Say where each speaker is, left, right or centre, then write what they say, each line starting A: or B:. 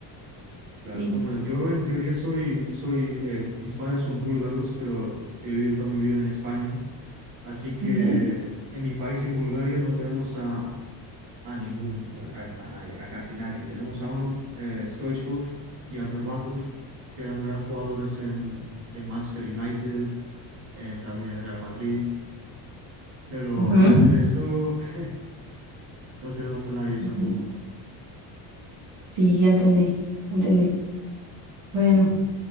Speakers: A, on the right; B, on the right.
A: Claro,
B: sí.
A: bueno, yo en teoría soy, soy, eh, mis padres son búlgaros, pero he vivido toda mi vida en España, así que
B: Ujú.
A: en mi país, en Bulgaria, no tenemos a, a ningún, a, a nadie, a casi nadie. Tenemos a uno, eh, Stoichkov y a Berbatov, que eran gran jugadores en, en Manchester United, en- también en Real Madrid, pero
B: Ujú,
A: aparte de eso, <laughs> no tenemos a nadie tampoco.
B: ujú. Sí, ya entendí, entendí. Bueno,